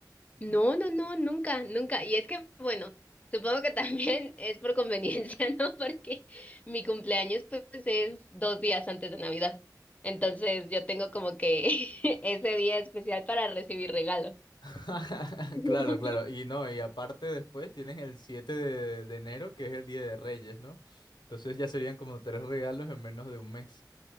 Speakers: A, on the left; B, on the left.
A: No, no, no, nunca, nunca. Y es que, bueno, supongo que también <laughs> es por conveniencia, <laughs> ¿no? Porque mi cumpleaños pues es dos días antes de Navidad. Entonces yo tengo como que <laughs> ese día especial para recibir regalos.
B: <laughs>
A: <laughs>
B: Claro, claro. Y no, y aparte después tienes el 7 de, de enero, que es el Día de Reyes, ¿no? Entonces ya serían como tres regalos en menos de un mes.